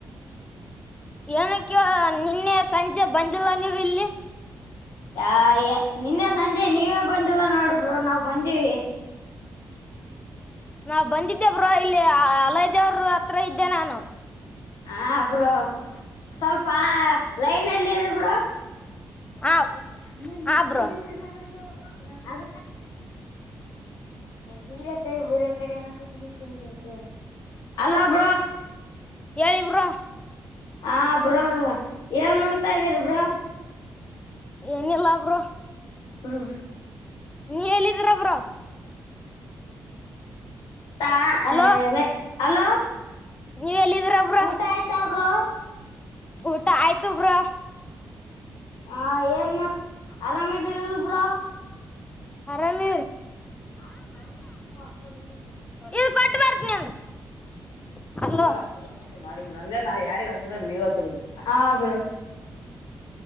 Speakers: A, on the left; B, on the left.
A: ಏನಿಕ್ಕೆ ನಿನ್ನೆ ಸಂಜೆ ಬಂದಿಲ್ಲ ನೀವು ಇಲ್ಲಿ
B: ಆ ನಿನ್ನೆ ಸಂಜೆ ನೀವೇ ಬಂದಿಲ್ಲ ನೋಡು ಬ್ರೋ ನಾವ್ ಬಂದೀವಿ
A: ನಾವ್ ಬಂದಿದ್ದೇ ಬ್ರೋ ಇಲ್ಲಿ ಅಲ್ಲ್ದೇವರು ಹತ್ರ ಇದ್ದೆ ನಾನು
B: ಹ ಅಪರೋ ಸ್ವಲ್ಪ ಲೈನ್ ಅಲ್ಲಿ ಇರಿಬರು
A: ಆ
B: ಇ
A: ಆ ಬ್ರೋ
B: ಎ ಅದ ಬೀರೆಕರಿ ಬೂರಕರಿ ಅಏನ ಕುಟ್ಬಿ ತಿನ್ಬೇಕು ಅಲ್ಲಬ
A: ಹೇಳಿವ್ರ
B: ಹ ಬರೋ ಏನ್ ಮಾಡ ಬತಾ ಇದರಿಬ್ರ
A: ಏನಲ್ಲಬ್ರು
B: ಬರೋ
A: ನೀ ಹೇಳಲ್ಲಿದ್ರಬ್ರ
B: ತಲೆ
A: ಹಲೋ
B: ಅಲೋ
A: ನೀವ್ ಎಲ್ಲಿದಿರ ಬ್ರೋ
B: ಊಟ ಆಯ್ತ ಬ್ರೋ
A: ಊಟ ಆಯ್ತು ಬ್ರೋ
B: ಆ ಏನ್ ಮಾಡ ಆರಾಮಿದಿರಲ್ಬ್ರ
A: ಆರಾಮ
B: ಹಾಸಾಪಡದನ್ನ
A: ಇದು ಕೊಟ್ಟು ಬರ್ತೀನಿ ಅಂದ
B: ಇಲ್ಲ ನಾ ನಂದೇಾ ಯಾರಿಿಗೆ ಹದ ನೀವ ಹ ಹ್ರರು